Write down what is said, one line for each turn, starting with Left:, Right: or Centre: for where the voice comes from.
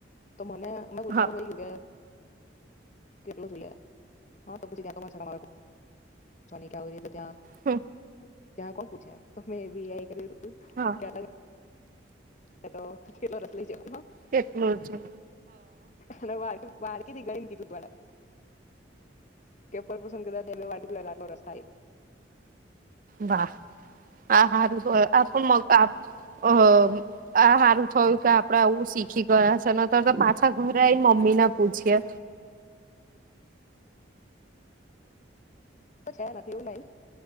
Left: તો મને અમે પૂછવાનું
Right: હા
Left: કઈ ગયું કે કેટલું જોયા હા તો પછી ક સલાલેકમ ચોલી ક્યા બ તો ત્યાં
Right: હમ
Left: જ્યા કોણ પૂછે તોમે બીઆઈ કરી
Right: હા
Left: કે છે તો કેલો રસલે જમાં
Right: કેટલું છે.
Left: અને વા વાળકીધી ગણીને કીધું તરા કેપર પસંદ કરા એ વા બી આટલો રસ્તો
Right: વાહ હા હારું <inaudible> ઓહો આ સારું થયું કે આપડે આવું શીખી ગયા છે ન તો તો પાછા ઘરે આવી મમ્મીને પૂછીય
Left: છે એવું નહી